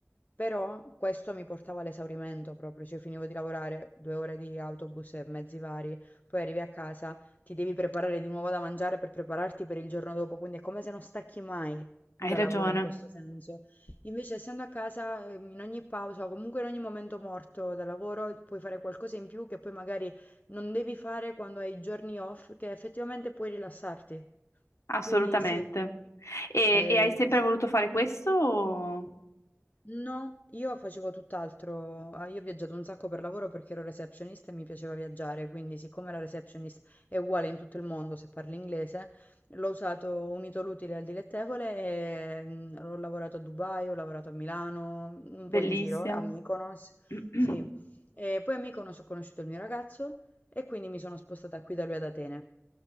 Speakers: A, on the left (about 35°); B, on the left (about 70°).
A: però questo mi portava all'esaurimento proprio, cioè finivo di lavorare due ore di autobus e mezzi vari, poi arrivi a casa, ti devi preparare di nuovo da mangiare per prepararti per il giorno dopo, quindi è come se non stacchi mai dal
B: Hai ragione,
A: lavoro in questo senso. Invece essendo a casa, ehm, in ogni pausa o comunque in ogni momento morto dal lavoro puoi fare qualcosa in più che poi magari non devi fare quando hai i giorni off, che effettivamente puoi rilassarti.
B: assolutamente.
A: Quindi sì,
B: E,
A: eh,
B: e hai sempre
A: sì.
B: voluto fare questo? o-
A: No, io facevo tutt'altro. Ah, Io ho viaggiato un sacco per lavoro perché ero receptionist e mi piaceva viaggiare, quindi siccome la receptionist è uguale in tutto il mondo se parli inglese, l'ho usato unito l'utile al dilettevole e mm, ho lavorato a Dubai, ho lavorato a Milano, un
B: Bellissimo.
A: po' in giro, a Mykonos,
B: <clears throat>
A: sì. E poi a Mykonos ho conosciuto il mio ragazzo e quindi mi sono spostata qui da lui ad Atene.